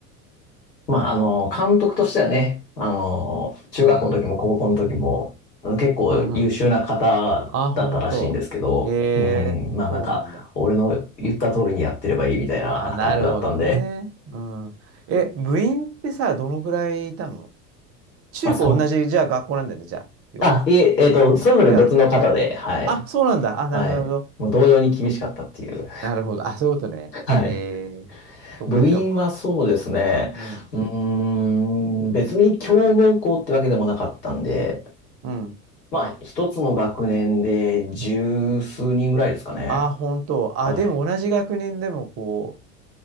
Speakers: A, on the left; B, on the right.
A: まあ、
B: なるほどね。
A: あの、監督としてはね、あの、中学校の時も高校の時も、
B: うん。
A: うん結構優秀な方だったらしいんですけど、
B: うん、うんあ、本当。へえ、
A: うん、まあなんか、
B: そうなんだ。
A: 俺の言った通りにやってればいいみたいなタイプだったんで、
B: あ、なるほどね。うん。え、部員ってさ、どのくらいいたの
A: <laughs>
B: 中高同じ、
A: まあそう。
B: じゃあ学校なんだよね、じゃあ、要は。
A: あ、いえ、えっと、それぞれ別の方で、
B: 違うの
A: はい。
B: あ、そうなんだ。あ、
A: はい。
B: なるほど、なるほど。
A: もう同様に厳しかったっていう。
B: そっかなるほど。あ、そういうことね。
A: はい。
B: えー、そっか、
A: 部員はそうですね。
B: じゃあ、うん。
A: うーん、別に強豪校ってわけでもなかったんで、
B: うん。
A: まあ、一つの学年で十数人ぐらいですかね。
B: あ、本当。
A: はい。
B: あ、でも同じ学年でもこ